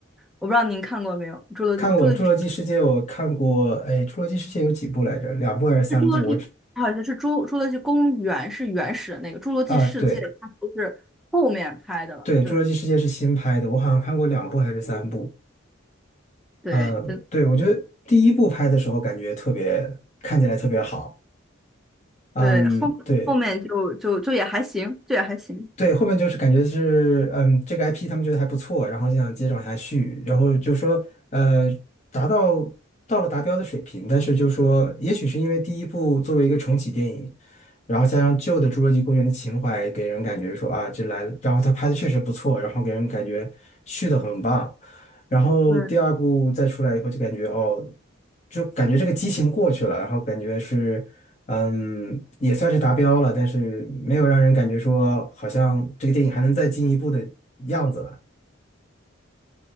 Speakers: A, in the centre; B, on the left.
A: 我不知道您看过没有，《侏罗纪》《侏罗纪》
B: 看过《侏罗纪世界》，我看过，哎，《侏罗纪世界》有几部来着？两部还是三部？
A: 是《侏罗纪》，
B: 我只
A: 不好意思，是侏《侏罗纪公园》是原始的那个，《侏罗纪世界》它不是后面拍的了，
B: 啊，对。对，
A: 对。
B: 《侏罗纪世界》是新拍的，我好像看过两部还是三部。
A: 对，
B: 嗯，
A: 真
B: 对，我觉得第一部拍的时候感觉特别，看起来特别好。嗯，
A: 对，后后面就就就也还行，
B: 对，
A: 就也还行。
B: 对，
A: 对
B: 后面就是感觉是，嗯，这个 IP 他们觉得还不错，然后就想接着往下续，然后就说，呃，达到到了达标的水平，但是就说，也许是因为第一部作为一个重启电影，然后加上旧的《侏罗纪公园》的情怀，给人感觉说啊，这来了然后他拍的确实不错，然后给人感觉续的很棒，然后第二部再出来以后，
A: 对，
B: 就感觉哦，就感觉这个激情过去了，然后感觉是。嗯，也算是达标了，但是没有让人感觉说好像这个电影还能再进一步的样子了。